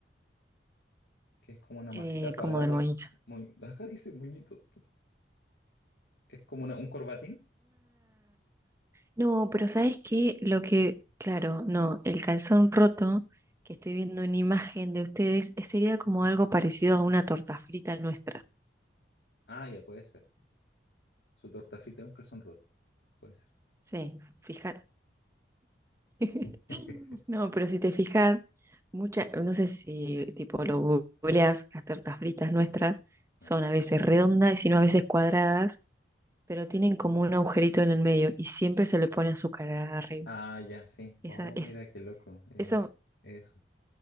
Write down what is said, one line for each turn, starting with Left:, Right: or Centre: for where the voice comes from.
Left: que es como una
Right: eh,
Left: masita cuadrada.
Right: como del
Left: vuelt-
Right: monito.
Left: moñ- <laughs> Acá dice moñito. Es como una- un corbatín.
Right: No, pero ¿sabes qué? Lo que, claro, no, el calzón roto, que estoy viendo una imagen de ustedes, eh, sería como algo parecido a una torta frita nuestra.
Left: Ah, ya puede ser. Su torta frita es un calzón roto. Puede ser.
Right: Sí, fija. <laughs>
Left: <laughs>
Right: No, pero si te fijas, muchas, no sé si tipo lo googleas, las tortas fritas nuestras son
Left: A ver.
Right: a veces redondas y si no a veces cuadradas, pero tienen como un agujerito en el medio y siempre se le pone azúcar arriba.
Left: Ah, ya, sí.
Right: Esa,
Left: Oh,
Right: es,
Left: mira, qué loco. Eh,
Right: eso
Left: eso.